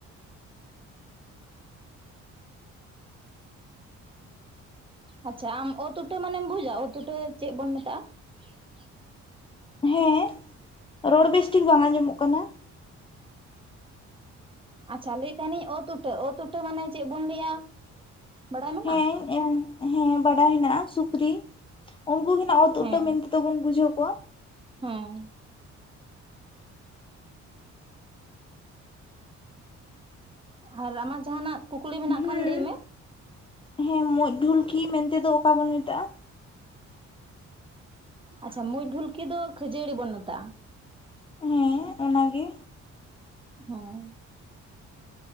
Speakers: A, on the right; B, on the left.
A: ᱟᱪᱪᱷᱟ, ᱟᱢ ᱚᱛ ᱩᱴᱟᱹ ᱢᱟᱱᱮᱢ ᱵᱩᱡᱟ ᱚᱛ ᱩᱴᱟᱹ ᱪᱮᱫ ᱵᱚᱱ ᱢᱮᱛᱟᱜᱼᱟ? <unintelligible>
B: ᱦᱮᱸ, ᱨᱚᱲ ᱵᱮᱥ ᱴᱷᱤᱠ ᱵᱟᱝ ᱟᱸᱡᱚᱢᱚᱜ ᱠᱟᱱᱟ ᱾
A: ᱟᱪᱪᱷᱟ, ᱞᱟᱹᱭᱮᱫ ᱛᱟᱦᱮᱱ ᱤᱧ ᱚᱛ ᱩᱴᱟᱹ, ᱚᱛ ᱩᱴᱟᱹ ᱢᱟᱱᱮ ᱪᱮᱫ ᱵᱚᱱ ᱞᱟᱹᱭᱟ? ᱵᱟᱲᱟᱭ ᱢᱮᱱᱟᱜᱼᱟ
B: ᱦᱮᱸ, ᱦᱮᱸ ᱵᱟᱰᱟᱭ ᱦᱮᱱᱟᱜᱼᱟ ᱥᱩᱠᱨᱤ, ᱩᱱᱠᱩ ᱜᱮ ᱱᱟᱜ ᱚᱛ
A: ᱦᱮᱸ
B: ᱩᱴᱟᱹ ᱢᱮᱱᱛᱮ ᱫᱚᱵᱚᱱ ᱵᱩᱡᱟᱹᱣ ᱠᱚᱣᱟ ᱾
A: ᱦᱮᱸ ᱾ ᱟᱨ ᱟᱢᱟᱜ ᱡᱟᱦᱟᱸᱱᱟᱜ ᱠᱩᱠᱞᱤ ᱢᱮᱱᱟᱜ
B: ᱦᱩᱸ
A: ᱠᱷᱟᱱ ᱞᱟᱹᱭ ᱢᱮ᱾
B: ᱦᱮᱸ ᱢᱩᱸᱡᱽ ᱰᱷᱩᱞᱠᱤ ᱢᱮᱱᱛᱮ ᱫᱚ ᱚᱠᱟ ᱵᱚᱱ ᱢᱮᱛᱟᱜᱼᱟ?
A: ᱟᱪᱪᱷᱟ ᱢᱩᱸᱡ ᱰᱷᱩᱞᱠᱤ ᱫᱚ ᱠᱷᱟᱹᱡᱟᱹᱲᱤ ᱵᱚᱱ ᱢᱮᱛᱟᱜᱼᱟ᱾
B: ᱦᱮᱸ ᱚᱱᱟᱜᱮ᱾
A: <unintelligible>